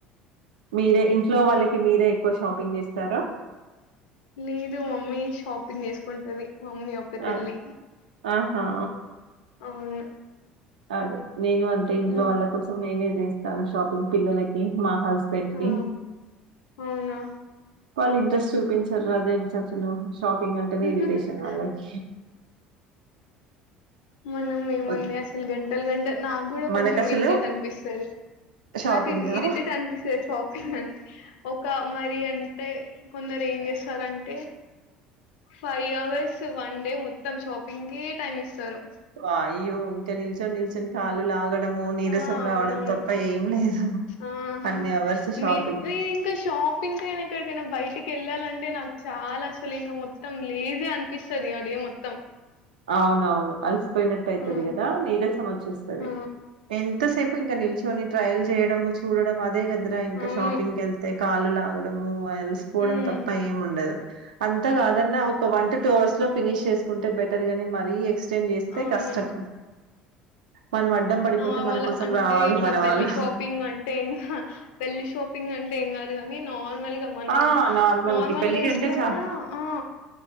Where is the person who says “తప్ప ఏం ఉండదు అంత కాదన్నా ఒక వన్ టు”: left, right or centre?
Right